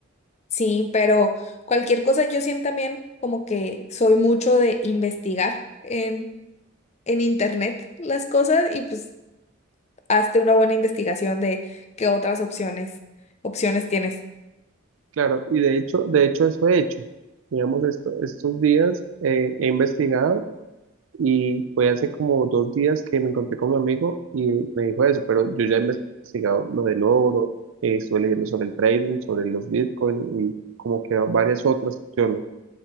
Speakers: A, on the left; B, on the right.
A: Sí, pero cualquier cosa yo siento también como que soy mucho de investigar en en internet las cosas y pues hazte una buena investigación de qué otras opciones, opciones tienes.
B: Claro, y de hecho, de hecho eso he hecho. Digamos, esto, estos días eh, he investigado y fue hace como dos días que me encontré con mi amigo y me dijo eso, pero yo ya he investigado lo del oro, eh, estuve leyendo sobre el trading, sobre los bitcoins y como que varias otras opciones,